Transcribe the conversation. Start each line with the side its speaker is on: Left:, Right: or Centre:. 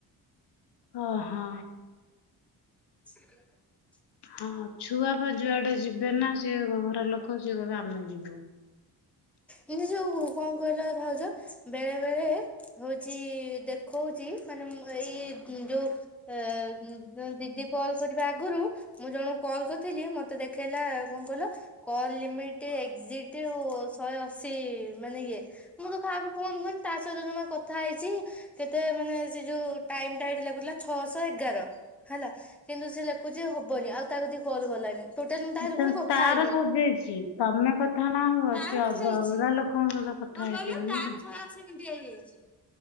Left: ଓ ହଁ।
Centre: <inaudible>
Left: ହଁ ଛୁଆ ଫ ଯୁଆଡେ ଯିବେ ନା ସିଏ ଘର ଲୋକ ସିଏ କହିବେ ଆମେ ଯିବୁ।
Centre: ଏଇନେ ସବୁ କଣ କହିଲ ଭାଉଜ ବେଳେ ବେଳେ ହଉଛି ଦେଖଉଚି ମାନେ ମୁଁ ଏଇ ଉଁ, ଯୋଉ ଅ, ଉଁ, ଜଣେ ଦିଦି କଲ୍ କରିବା ଆଗୁରୁ ମୁଁ ଜଣ କଲ୍ କରିଥିଲି ମତେ ଦେଖେଇଲା କଣ କହିଲ କଲ ଲିମିଟଏଜିଟ। ଶହେ ଅଶୀ ମାନେ ଇଏ ମୁଁ ତ କାହାକୁ ଫୋନ କନି ତା ସହିତ ଜମା କଥା ହେଇଛି କେତେ ମାନେ ସେ ଯୋଉ ଟାଇମଟା ଲେଖୁ ଥିଲା ଛଅଶହ ଏଗାର ହେଲା କିନ୍ତୁ ସେ ଲେଖୁଛି ହବନି। ମତେ ଆଉ କଲ କଲାନି ଟୋଟାଲି ମୁଁ ତା
Left: ଯେତେବେଳେ
Centre: ସହ ଫୁଣି କଥା
Left: ତାର
Centre: ହେଇନି।
Left: ସରିଯାଇଛି ତମେ କଥା ନ ହୁଅ
Centre: ତ
Left: ସିଏ
Centre: ହେଇଯାଇଛି
Left: ଅଦ ଅଲଗା ଲୋକଙ୍କ ସହିତ କଥା
Centre: କଣ
Left: ହେଇଥିବ
Centre: କହିଲ
Left: ନା
Centre: ତାର ଶହେ ଅଶି ମିନିଟ୍ ହେଇଯାଇଛି।